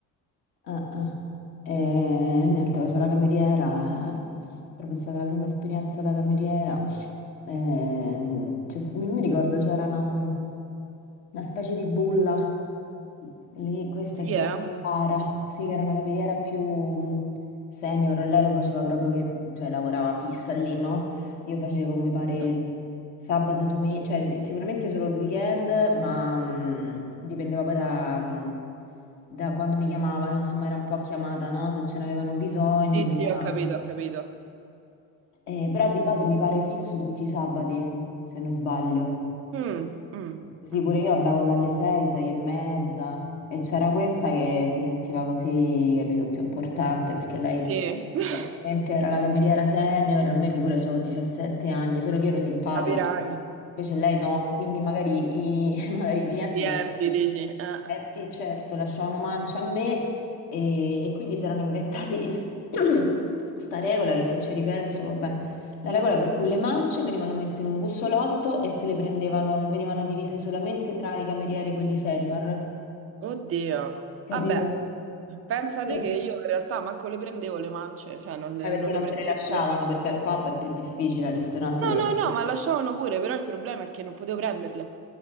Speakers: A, on the left; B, on the right.
A: Eh, eh. E niente, facevo la cameriera, eh, proprio è stata la prima esperienza da cameriera. Ehm, c'è s- mi, mi ricordo c'era una, una specie di bulla lì, questa
B: Sì,
A: si chiama
B: eh?
A: Sara, sì, che era una cameriera più senior, lei lo faceva proprio che, cioè lavorava fissa lì, no? Io facevo, mi pare,
B: Mhm.
A: il Sabato, domenica, cioè sì- sicuramente solo il weekend, ma mh, dipendeva poi da, mh, da quando mi chiamavano, insomma era un po' a chiamata, no? Se ce n'avevano bisogno
B: Sì,
A: mi
B: sì,
A: chiamavano.
B: ho capito, ho capito.
A: Eh, però di base mi pare fisso tutti i sabati, se non sbaglio.
B: Mm, mm,
A: Sì,
B: mm.
A: pure io andavo là alle sei, sei e mezza e c'era questa che si sentiva così, capito, più importante perché lei
B: Sì, <laughs>
A: ovviamente era la cameriera senior, a me figura avevo 17 anni, solo che io ero simpatica,
B: Capirai.
A: invece lei no, quindi magari i, <laughs> magari i clienti
B: riempi,
A: lasciavano
B: dici. eh.
A: eh sì, certo, lasciavano mancia a me e, e quindi si erano inventati s- <clears throat> sta regola che se ci ripenso, vabbè, la regola per cui le mance venivano messe in un bussolotto e se le prendevano e venivano divise solamente tra i camerieri, quelli senior,
B: Oddio.
A: capito?
B: Vabbè, Pensate
A: Quindi-
B: che io in realtà manco le prendevo le mance, cioè non le,
A: eh, perché
B: non
A: non
B: le prendevo.
A: te le lasciavano,
B: per- no,
A: perché al pub è più difficile, al ristorante te le
B: no,
A: lasciano.
B: no, ma lasciavano pure, però il problema è che non potevo prenderle.